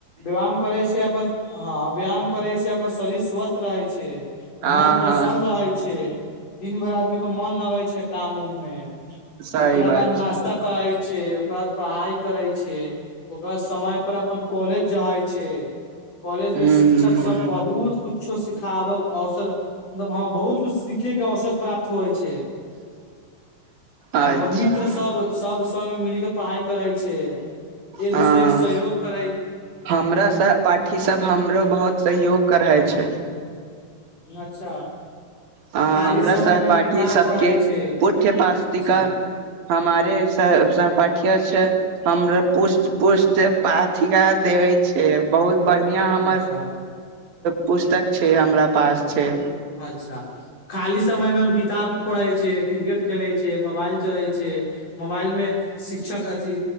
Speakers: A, on the left (about 45°); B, on the right (about 75°).
A: व्यायाम करै छैय अपन हँ व्यायाम करै छैय अपन शरीर स्वस्थ रहै छैय
B: हँ
A: मन प्रसन्न
B: हँ
A: रहै छै दिन भरि आदमी के मन लगै छैय काम उम मे
B: सही
A: ओकरा
B: बात
A: बाद
B: छै
A: नास्ता करै छैय ओकरा पढ़ाइ करै छैय ओकरा समय पर अपन कॉलेज जाहै छैय। कॉलेज में
B: हूँ
A: शिक्षक सब बहुत कुछो सिखाबब औसर मलब हम बहुत कुछ सिखे के अवसर प्राप्त होइ छैय। आ
B: अच्छा
A: हमर मित्र सब सब संगग मिल के पढ़ाई करै छैय एक दूसरे
B: हँ
A: क सहयोग कर
B: हमरा सहपाठी सब हमरो बहुत सहयोग करै छैय।
A: अच्छा
B: ह
A: खाली
B: हमरा
A: समय
B: सहपाठी
A: मे हम किताब
B: सबके
A: पढ़ै छै
B: पुठ्य पाठिका
A: अच्छा
B: हमारे सहपाठी छैय हमर पुष्ट पुष्ट पाथिका देव देवे छैय बहुत बढ़िया हमर
A: अच्छा
B: पुस्तक छैय हमरा पास छैय।
A: अच्छा खाली समय मे हम किताब पढ़े छ क्रिकेट खेले छै मोबाइल चले छैय। मोबाइल मे शिक्षक अथि